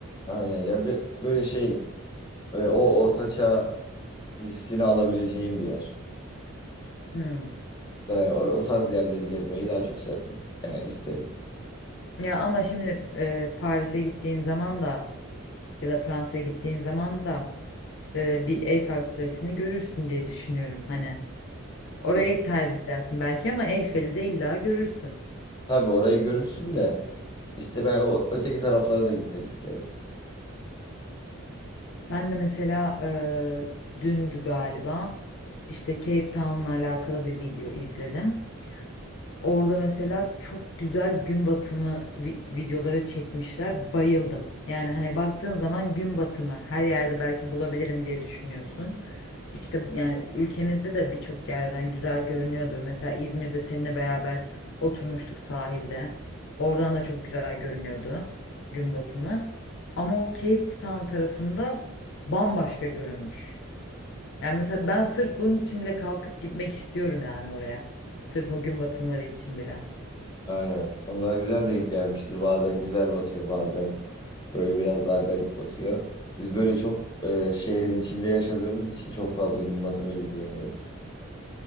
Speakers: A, on the left; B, on the left.
A: Aynen ya bir- böyle şey e, o ortaçağ hissini alabileceğim bir yer.
B: Hmm.
A: Yani o, o tarz yerleri gezmeyi daha çok sev yani isterim.
B: Ya ama şimdi e, Paris'e gittiğin zaman da ya da Fransa'ya gittiğin zaman da e, bir Eyfel Kulesi'ni görürsün diye düşünüyorum. Hani orayı
A: Ya,
B: tercih edersin belki ama Eyfel'i de illa görürsün.
A: tabii orayı görürsün de işte ben o öteki taraflara da gitmek isterim.
B: Ben de mesela e, dündü galiba işte Cape Town'la alakalı bir video izledim. Orada mesela çok güzel gün batımı vi- videoları çekmişler. Bayıldım. Yani hani baktığın zaman gün batımı her yerde belki bulabilirim diye düşünüyorsun. İşte yani ülkemizde de birçok yerden güzel görünüyordur. Mesela İzmir'de seninle beraber oturmuştuk sahilde. Oradan da çok güzel görünüyordu gün batımı. Ama o Cape Town tarafında bambaşka görünmüş. Yani mesela ben sırf bunun için bile kalkıp gitmek istiyorum yani oraya. Sırf o gün batımları için bile.
A: Aynen. Onlar güzel denk gelmiştir. Bazen güzel batıyor, bazen böyle biraz daha garip batıyor. Biz böyle çok e, şehrin içinde yaşadığımız için çok fazla gün batımı izleyemiyoruz.